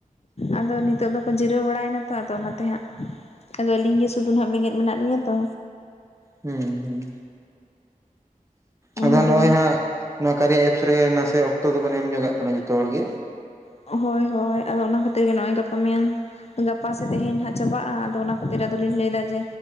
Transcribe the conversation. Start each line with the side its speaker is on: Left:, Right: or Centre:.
Left: ᱟᱫᱚ ᱱᱤᱛᱚᱜ ᱫᱚᱠᱚ ᱡᱤᱨᱟᱹᱣ ᱵᱟᱲᱟ ᱭᱮᱱᱟ ᱛᱚ, ᱚᱱᱟᱛᱮ ᱦᱟᱸᱜ᱾ ᱟᱫᱚ ᱟᱹᱞᱤᱧ ᱜᱮ ᱥᱩᱫᱩᱱ ᱦᱟᱸᱜ ᱵᱮᱸᱜᱮᱫ ᱢᱮᱱᱟᱜ ᱞᱤᱧᱟᱹ ᱛᱚ᱾
Right: ᱦᱩᱸ ᱦᱩᱸ, ᱟᱫᱚ
Left: ᱦᱳᱭ
Right: ᱱᱚᱜᱼᱚᱭ ᱦᱟᱸᱜ ᱱᱚᱣᱟ ᱠᱟᱨᱭᱟ ᱮᱯᱥ ᱨᱮᱜᱮ ᱱᱟᱥᱮ ᱚᱠᱛᱚ ᱫᱚᱵᱚᱱ ᱮᱢ ᱧᱚᱜᱚ ᱟᱜ ᱠᱟᱱᱟ ᱡᱚᱛᱚ ᱦᱚᱲ ᱜᱮ᱾
Left: ᱦᱳᱭ ᱦᱳᱭ, ᱟᱫᱚ ᱚᱱᱟ ᱠᱷᱟᱹᱛᱤᱨ ᱜᱮ ᱱᱚᱜᱼᱚᱭ ᱜᱟᱯᱟ ᱢᱮᱭᱟᱝ ᱜᱟᱯᱟ ᱥᱮᱫ ᱛᱮᱦᱮᱧ ᱦᱟᱸᱜ ᱪᱟᱵᱟᱜᱼᱟ᱾ ᱟᱫᱚ ᱚᱱᱟ ᱠᱷᱟᱹᱛᱤᱨ ᱟᱫᱚ ᱞᱤᱧ ᱞᱟᱹᱭᱫᱟ ᱡᱮ